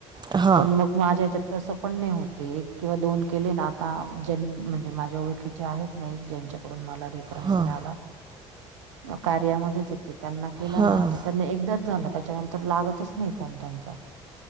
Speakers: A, on the right; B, on the right.
A: हां,
B: पण मग, माझ्या यांच्यात तस पण नाही होते एक किंवा दोन केले ना आता ज्यां म्हणजे माझ्या ओळखीचे आहेत. नाही ज्यांच्याकडून मला रेफरन्स
A: हां,
B: मिळाला. कार्यामध्येच येते त्यांना केला
A: हां.
B: ना तर त्यांना एकदाच झाला त्याच्यानंतर- तर लागतच नाही फोन त्यांना.